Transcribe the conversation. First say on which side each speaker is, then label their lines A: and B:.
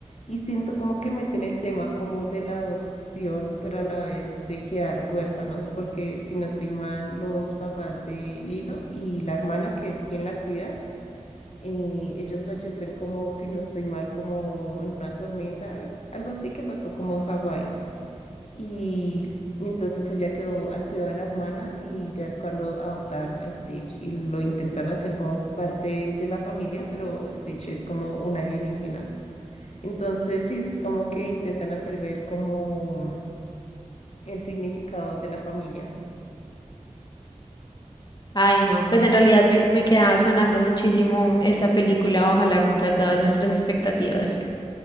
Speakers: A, on the left; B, on the left.
A: y siento como que meten el tema como de la adopción, pero a la vez de quedar huérfanos, porque si no estoy mal, los papás de Lilo y la hermana, que es quien la cuida, eh, ellos fallecen como, si no estoy mal, como en una tormenta, al- algo así que pasó como en Hawái. Y entonces ella quedó al cuidado de la hermana y ya es cuando adoptan a Stitch y lo intentan hacer como parte de la familia, pero Stitch es como un alienígena. Entonces sí, es como que intentan hacer ver como el significado de la familia.
B: Ay, no, pues en realidad me, me queda sonando muchísimo esta película. Ojalá cumpla todas nuestras expectativas.